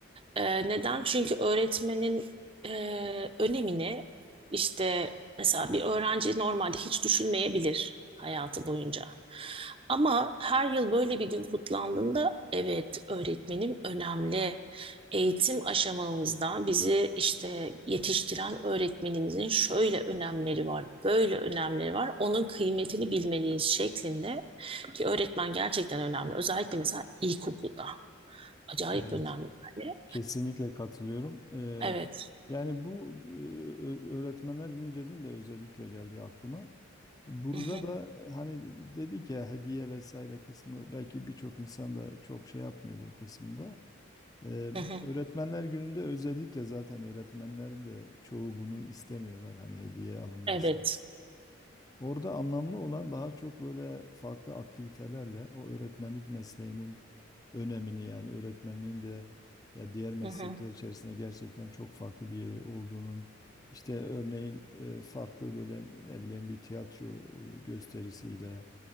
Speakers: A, on the right (about 30°); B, on the left (about 20°).
A: Ee, neden? Çünkü öğretmenin e, önemini işte mesela bir öğrenci normalde hiç düşünmeyebilir hayatı boyunca. Ama her yıl böyle bir gün kutlandığında evet öğretmenim önemli. Eğitim aşamamızda bizi işte yetiştiren öğretmenimizin şöyle önemleri var, böyle önemleri var. Onun kıymetini bilmeliyiz şeklinde ki öğretmen gerçekten önemli. Özellikle mesela ilkokulda acayip
B: Evet,
A: önemli yani.
B: kesinlikle katılıyorum. Ee,
A: Evet.
B: yani bu e, ö- öğretmenler günü dedin de özellikle geldi aklıma. Burada
A: Hı hı,
B: da hani dedik ya hediye vesaire kısmı belki birçok insan da çok şey yapmıyor bu kısımda. Ee,
A: hı hı.
B: öğretmenler gününde özellikle zaten öğretmenlerin de çoğu bunu istemiyorlar hani hediye alınmasını.
A: Evet.
B: Orada anlamlı olan daha çok böyle farklı aktivitelerle o öğretmenlik mesleğinin önemini yani öğretmenliğin de ya diğer meslekler
A: Hı hı,
B: içerisinde gerçekten çok farklı bir yeri olduğunun işte örneğin e, farklı böyle ne bileyim bir tiyatro e, gösterisiyle